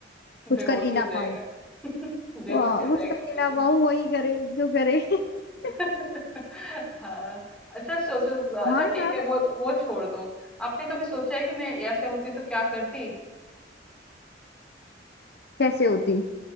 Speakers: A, on the left; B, in the centre.
A: कुछ
B: बेहोशी
A: कर ही ना
B: हो जाएगा
A: पाऊं
B: <laughs> बेहोशी
A: आ,
B: हो
A: कुछ
B: जाएगा
A: कर
B: वही
A: ही ना
B: पे
A: पाऊं वही करे जो करे <laughs>
B: <laughs> हाँ अच्छा सोचो अच्छा
A: हाँ
B: ठीक
A: यार
B: है वो वो छोड़ दो आपने कभी सोचा है कि मैं ऐसे होती तो क्या करती
A: कैसे होती